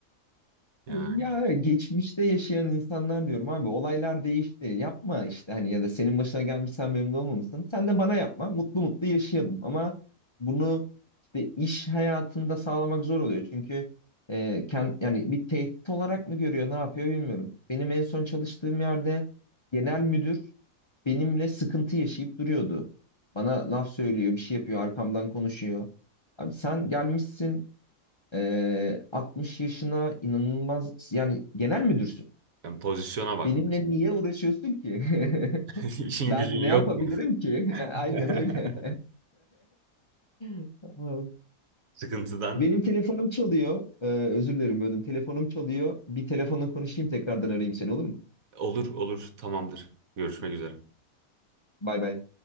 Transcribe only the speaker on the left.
Ya evet, geçmişte yaşayan insanlar diyorum abi olaylar değişti. Yapma işte hani ya da senin başına gelmiş sen memnun olmamışsın. Sen de bana yapma. Mutlu mutlu yaşayalım. Ama bunu işte iş hayatında sağlamak zor oluyor. Çünkü e, kend, yani bir tehdit olarak mı görüyor ne yapıyor bilmiyorum. Benim en son çalıştığım yerde genel müdür benimle sıkıntı yaşayıp duruyordu. Bana laf söylüyor, bir şey yapıyor, arkamdan konuşuyor. Abi sen gelmişsin ee, 60 yaşına inanılmaz yani genel müdürsün.
Benimle niye uğraşıyorsun ki? <laughs>
Ben
ne
yapabilirim
ki? <laughs> Aynen
öyle. <laughs>
Benim telefonum çalıyor. Ee, özür dilerim böldüm. Telefonum çalıyor. Bir telefonla konuşayım tekrardan arayayım seni olur mu?
Bay bay.